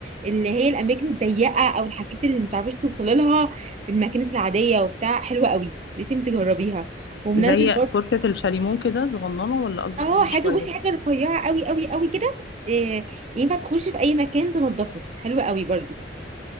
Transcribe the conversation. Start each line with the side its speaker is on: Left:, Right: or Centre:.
Right: اللي هي الأماكن الضيقة أو الحاجات اللي متعرفيش توصلي لها بالماكينة العادية وبتاع حلوة قوي لازم تجربيها ومنزل
Left: زي
Right: برضو
Left: فرشة الشاليمو كده صغننة ولا أكبر
Right: اه
Left: منها
Right: حاجة
Left: شوية
Right: بصي حاجة رفيعة قوي قوي قوي كده آه، ينفع تخشي في أي مكان تنظفه حلوة قوي برضو